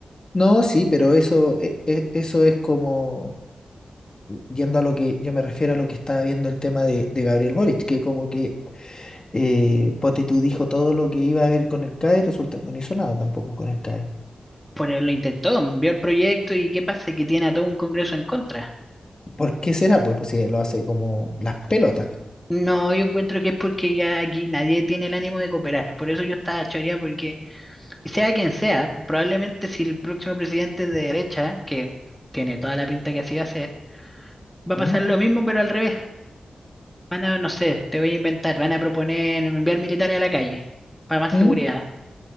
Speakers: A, on the left; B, in the centre.
A: No, sí, pero eso, e- e- eso es como, yendo a lo que yo me refiero a lo que estaba viendo el tema de, de Gabriel Boric, que como que eh, ponte tú dijo todo lo que iba a haber con el CAE, resulta que no hizo nada tampoco con el CAE.
B: Pero lo intentó, envió el proyecto y ¿qué pasa? Que tiene a todo un Congreso en contra.
A: ¿Por qué será? Pues, pues si lo hace como las pelotas.
B: No, yo encuentro que es porque ya aquí nadie tiene el ánimo de cooperar. Por eso yo estaba choreada, porque sea quien sea, probablemente si el próximo presidente es de derecha, que tiene toda la pinta que así va a ser, Va a
A: ¿Mm?
B: pasar lo mismo, pero al revés. Van a, no sé, te voy a inventar, van a proponer enviar militares a la calle para más
A: ¿Mm?
B: seguridad.